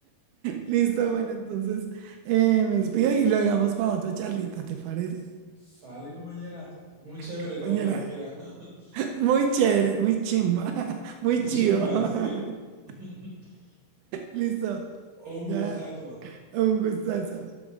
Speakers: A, on the right; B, on the right.
A: Listo, bueno, entonces eh, me despido y lo dejamos para otra charlita, ¿te parece,
B: sale compañera, muy chévere
A: compañera?
B: todo, dijera. <laughs>
A: <laughs> Muy chévere, muy chimba, <laughs> muy chido.
B: Chimba,
A: <laughs>
B: sí. <laughs>
A: Listo,
B: Un
A: ya,
B: gustazo.
A: un gustazo.